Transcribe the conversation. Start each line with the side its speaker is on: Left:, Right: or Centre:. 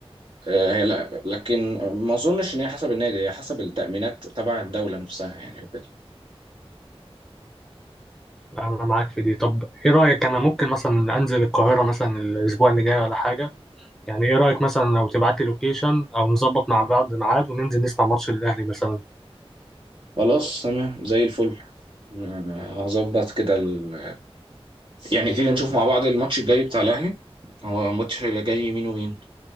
Right: آه، هي لا لكن ما أظنش إن هي حسب النادي هي حسب التأمينات تبع الدولة نفسها يعني وكده
Centre: أنا معاك في دي طب إيه رأيك أنا ممكن مثلا أنزل القاهرة مثلا الأسبوع اللي جاي ولا حاجة يعني ايه رأيك مثلا لو تبعت لي لوكيشن او نظبط مع بعض ميعاد وننزل نسمع ماتش الاهلي مثلا
Right: خلاص تمام زي الفل آه، هظبط كده ال... يعني تيجي نشوف مع بعض الماتش الجاي بتاع الأهلي هو الماتش اللي جاي مين ومين